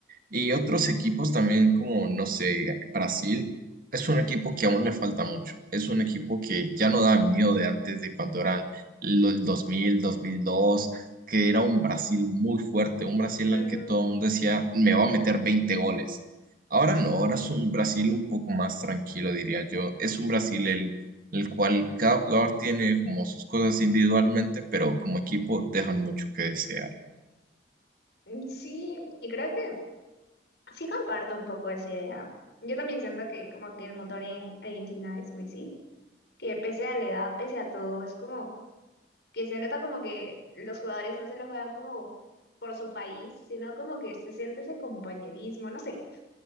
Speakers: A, on the right (about 50°); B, on the left (about 65°).
A: Y otros equipos también, como, no sé, Brasil, es un equipo que aún le falta mucho. Es un equipo que ya no da el miedo de antes, de cuando eran lo- el dos mil dos mil dos, que era un Brasil muy fuerte, un Brasil
B: Ujú.
A: al que todo el mundo decía, me va a meter 20 goles. Ahora no, ahora es un Brasil un poco más tranquilo, diría yo. Es un Brasil el, el cual cada jugador tiene como sus cosas individualmente, pero como equipo dejan mucho que desear.
B: Mm, Sí, y creo que sí comparto un poco esa idea. Yo también siento que como que el motor en Argentina es Messi, que pese a la edad, pese a todo, es como que se nota como que los jugadores no se lo juegan como por su país, sino como que se siente ese compañerismo, no sé.